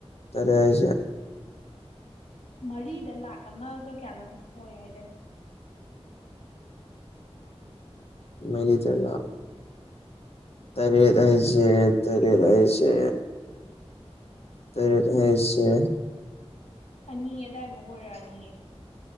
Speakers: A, on the left; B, on the left.
A: ꯊꯂꯤꯥ
B: ꯃꯔꯤꯗ ꯂꯥꯛ ꯑꯃꯒ ꯀꯌꯥꯅꯣꯝ ꯑꯣꯏ ꯍꯥꯏꯗꯥꯏꯅꯦ
A: ꯃꯔꯤꯗ ꯂꯥꯛ ꯇꯔꯦꯠ ꯍꯥꯏꯁꯦ ꯇꯔꯦꯠ ꯍꯥꯏꯁꯦ ꯇꯔꯦꯠ ꯍꯥꯏꯁꯦ
B: ꯑꯅꯤ ꯑꯗꯥꯏꯃꯨꯛ ꯑꯣꯏꯔꯛꯑꯅꯤꯌꯦ